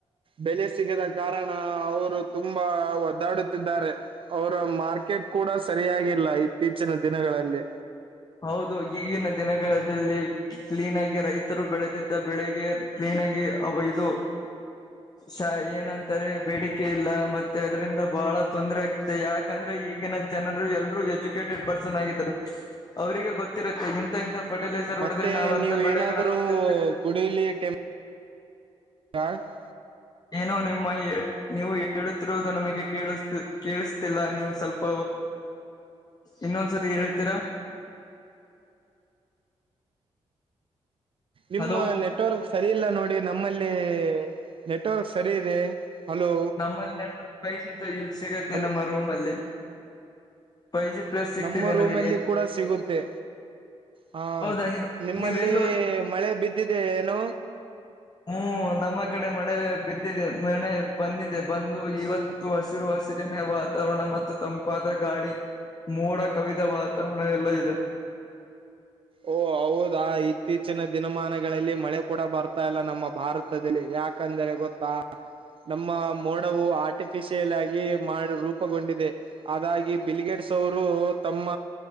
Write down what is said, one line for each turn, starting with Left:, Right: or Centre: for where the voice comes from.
Right: ಬೆಲೆ ಸಿಗದ ಕಾರಣ ಅವರು ತುಂಬಾ ಒದ್ದಾಡುತ್ತಿದ್ದಾರೆ. ಅವರ ಮಾರ್ಕೆಟ್ ಕೂಡ ಸರಿಯಾಗಿಲ್ಲ ಇತ್ತೀಚಿನ ದಿನಗಳಲ್ಲಿ.
Left: ಹೌದು ಈಗಿನ ದಿನಗದಲ್ಲಿ ಕ್ಲೀನ್ ಆಗಿ ರೈತರು ಬೆಳೆದಿದ್ದ ಬೆಳೆಗೆ ಪ್ಲೇನ್ ಆಗಿ ಅವು ಐದು ಶ ಏನಂತಾರೆ ಬೇಡಿಕೆ ಇಲ್ಲ ಮತ್ತೆ ಅದರಿಂದ ಬಹಳ ತೊಂದರೆ ಆಗ್ತೆ ಯಾಕೆಂದ್ರೆ ಈಗಿನ ಜನರು ಎಲ್ರೂ ಎಜುಕೇಟೆಡ್ ಪರ್ಸನ್ ಆಗಿದ್ದಾರೆ ಅವರಿಗೆ ಗೊತ್ತಿರುತ್ತೆ ಇಂಥ ಇಂಥ ಫರ್ಟಿಲೈಸರ್
Right: ಮತ್ತೆ
Left: ಹೊಡಿದ್ರಿ ನಾವು ಅಂತಾ
Right: ನೀವು
Left: ಬೆಳೆಗಳನ್ನ
Right: ಏನಾದ್ರೂ
Left: ತಿಂದಿದ್ರೆ
Right: ಗುಡಿಲಿ ಟೆಂ ಹಾ <unintelligible>
Left: ಏನೋ ನಿಮ್ಮಗೆ ನೀವು ಹೇಳುತ್ತಿರುವುದು ನಮಗೆ ಕೇಳಿಸುತ್ತಿಲ್ಲ ಕೇಳಿಸ್ತಿಲ್ಲ ನೀವು ಸ್ವಲ್ಪ ಇನ್ನೊಂದ್ ಸತಿ ಹೇಳಿತ್ತೀರಾ.
Right: ನಿಮ್ಮ
Left: ಹಲೋ
Right: ನೆಟ್ವರ್ಕ್ ಸರಿ ಇಲ್ಲ ನೋಡಿ ನಮ್ಮಲ್ಲಿ ನೆಟ್ವರ್ಕ್ ಸರಿ ಇದೆ. ಹಲೋ
Left: ನಮ್ಮಲ್ಲಿ ನೆಟ್ ವರ್ಕ್ ಇ ಸಿಗತ್ತೆ
Right: ಹಲೋ
Left: ನಮ್ಮ ರೂಮ್ ಅಲ್ಲಿ. ಫೈ ಜಿ ಪ್ಲಸ್ ಸಿಗ್ತಿದೆ
Right: ನಮ್ಮ ರೂಮ
Left: ನಮಗೆ
Right: ಅಲ್ಲಿ ಕೂಡ ಸಿಗುತ್ತೆ. ಹಾ
Left: ಹೌದಾ ನೀವು
Right: ನಿಮ್ಮಲ್ಲಿ
Left: ನೀವ್ ಎಲ್ಲೋ
Right: ಮಳೆ ಬಿದ್ದಿದೆ ಏನು.
Left: ಹ್ಮ್ ನಮ್ಮ ಕಡೆ ಮಳೆ ಬಿದ್ದಿದೆ ನೆನ್ನೆ ಬಂದಿದೆ ಬಂದು ಇವತ್ತು ತ್ತು ಹಸಿರು ಹಸಿರಿನ ವಾತಾವರಣ ಮತ್ತು ತಂಪಾದ ಗಾಳಿ. ಮೋಡ ಕವಿದ ವಾತಾವರಣ ಎಲ್ಲಾ ಇದೆ.
Right: ಓ ಹೌದಾ ಇತ್ತೀಚಿನ ದಿನಮಾನಗಳಲ್ಲಿ ಮಳೆ ಕೂಡ ಬರ್ತಾ ಇಲ್ಲ ನಮ್ಮ ಭಾರತ್ ತದಲಿ ಯಾಕಂದ್ರೆ ಗೊತ್ತಾ ನಮ್ಮ ಮೋಡವು ಆರ್ಟಿಫಿಶಿಯಲ್ ಆಗಿ ಮಾಡ ರೂಪಗೊಂಡಿದೆ. ಆದಾಗಿ ಬಿಲ್ಗೇಡ್ಸ್ ಅವರು ತಮ್ಮ